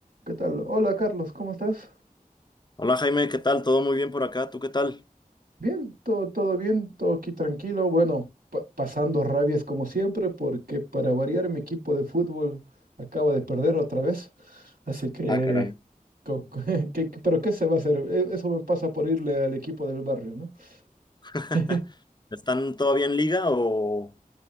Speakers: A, on the right; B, on the left.
A: ¿Qué tal? Hola Carlos, ¿cómo estás?
B: Hola Jaime, ¿qué tal? ¿Todo muy bien por acá? ¿Tú qué tal?
A: Bien, todo, todo bien, todo aquí tranquilo. Bueno, pa- pasando rabias como siempre, porque para variar mi equipo de fútbol acaba de perder otra vez. Así que,
B: Ah, caray.
A: co- co- <laughs> que- que- pero ¿qué se va a hacer? E- Eso me pasa por irle al equipo del barrio, ¿no?
B: <laughs>
A: <laughs>
B: ¿Están todavía en liga o,